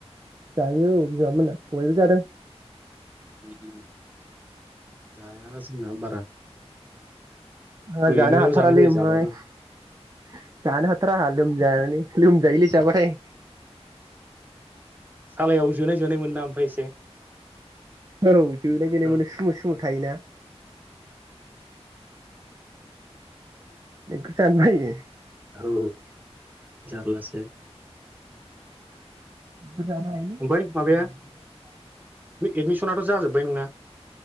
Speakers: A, on the right; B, on the right.
A: जायो औ बिमामोना दहायबो जादों
B: उम उम जाया ना बारा
A: आ
B: ओरैनोल'
A: जानो हाथारालै
B: जानाय जायो
A: ओमफ्राय
B: जाबाबो
A: जानो हाथारा आहा लोमजायानानै लोमजायोलै जाबाथाय
B: सालायाव जोनाय जोनाय मोनो ना ओमफाय एसे
A: औ जोनाय
B: एकदम
A: जोनाय मोनो सुमु सुमु थायोना । <unintelligible>
B: औ जारलासो
A: <unintelligible>
B: ओमफ्राय माबाया एडमिसनाथ' जाजोब्बाय नोंना